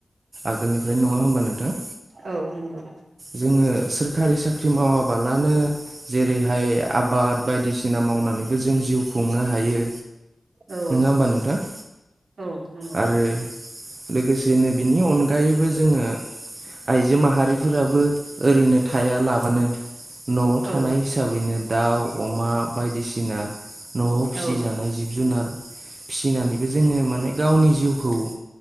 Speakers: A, on the right; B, on the right.
A: आगोलनिफ्रायनो नङा होमबा नोंथां।
B: औव नंगौ।
A: जोङो सोरखारि साख्रि मावाबालानो जेरैहाय आबाद बायदिसि दिना मावनानैबो जों जिउ खुंनो हायो
B: औ
A: नोङा होमबा नोंथां
B: औ नंगौ
A: आरो लोगोसेनो बिनि अनगायैबो जोङो आइजो माहा फोराबो ओरैनो थाया लाबानो न'आव थानाय
B: औ
A: हिसाब हिसाबैनो दाउ अमा बायदिसिना न'आव फिसिजानाय
B: औ
A: जिब जुनार फिसिनानैबो जोङो माने गावनि जिउखौ